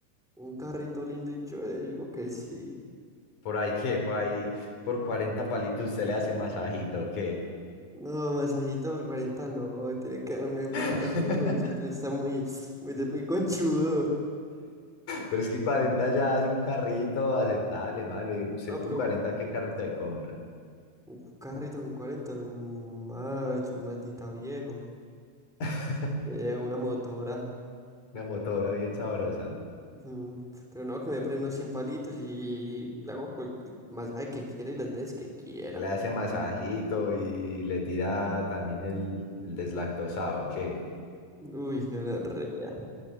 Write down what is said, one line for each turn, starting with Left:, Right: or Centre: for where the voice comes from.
Centre: un carrito lindo y chévere. Yo digo que sí.
Left: Por ahí qué, por ahí, por 40 palitos usted le hace masajito, ¿qué?
Centre: No, masajito por 40 no. Tiene que darme mal.
Left: <laughs>
Centre: Este cochito está muy, muy, de- muy conchudo.
Left: Pero es que 40 ya hace un carrito aceptable, mano. Y usted
Centre: No,
Left: con
Centre: pero
Left: 40
Centre: un,
Left: ¿qué carrito de compra?
Centre: un carrito con 40, un macho, un maldita viejo.
Left: <laughs>
Centre: eh, una motora.
Left: Una motora bien sabrosa.
Centre: Mm, Pero no, que me prendo 100 palitos y le hago cual- el masaje que quiera y las veces que quiera.
Left: Le hace masajito y le tira también el, el deslactosado, ¿qué?
Centre: Uy, gonorrea.